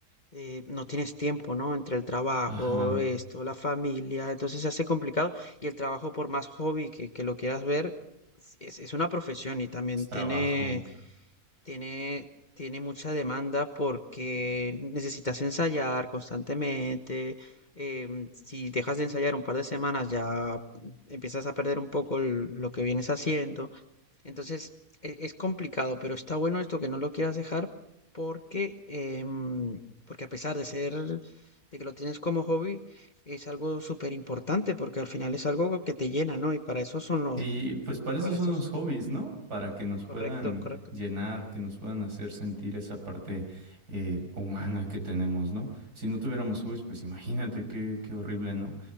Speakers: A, on the left; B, on the right.
A: eh, no tienes tiempo, ¿no? Entre el trabajo,
B: Ajá.
A: esto, la familia, entonces se hace complicado. Y el trabajo, por más hobby que, que lo quieras ver, es, es una profesión y también
B: Es trabajo.
A: tiene, tiene, tiene mucha demanda porque necesitas ensayar constantemente. em, si dejas de ensayar un par de semanas, ya empiezas a perder un poco el- lo que vienes haciendo. Entonces, e- es complicado, pero está bueno esto que no lo quieras dejar porque, em, porque a pesar de ser, de que lo tienes como hobby, es algo súper importante porque al final es algo que te llena, ¿no? Y para eso son los,
B: Sí, pues para eso
A: para
B: son
A: eso
B: los
A: es
B: hobbies, ¿no? Para que nos
A: correcto,
B: puedan
A: correcto.
B: llenar, que nos puedan hacer sentir esa parte eh, humana que tenemos, ¿no? Si no tuviéramos hobbies, pues imagínate qué, qué horrible, ¿no?